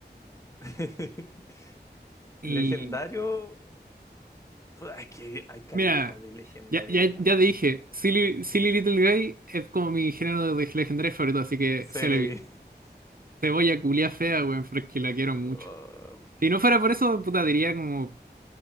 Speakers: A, on the left; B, on the right.
A: <laughs>
B: y
A: Legendario. puta, Es que hay caleta
B: Mira,
A: de legendario
B: ya, ya,
A: acá,
B: ya
A: weón.
B: dije, Silly, Silly Little Guy es como mi género de legendario favorito, así que
A: Celebi.
B: se lo vi.
A: <laughs>
B: Te voy a culiar fea, weón, pero es que la quiero mucho.
A: Oh,
B: Si no fuera por eso, puta, diría como